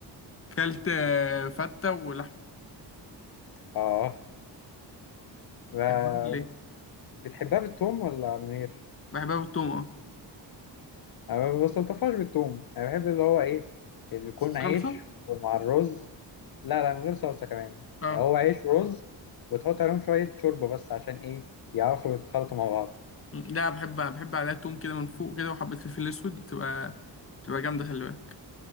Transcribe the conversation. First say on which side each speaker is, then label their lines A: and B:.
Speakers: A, on the left (about 30°); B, on the left (about 55°).
A: كلت آه، فته ولحمه
B: آه ب-
A: تحبها ولا ايه
B: بتحبها بالثوم ولا من غير؟
A: بحبها بالثوم اه
B: أنا ما بستلطفهاش بالثوم انا بحب اللي هو ايه اللي يكون
A: صلصه
B: عيش ومع الرز لا لا من غير صلصه كمان
A: اه
B: يعني هو عيش ورز وتحط عليهم شويه شوربه بس عشان ايه يعرفوا يتخلطوا مع بعض
A: م. لا بحب بحب عليها توم كده من فوق كده وحبة الفلفل الأسود بتبقى بتبقى جامدة خلي بالك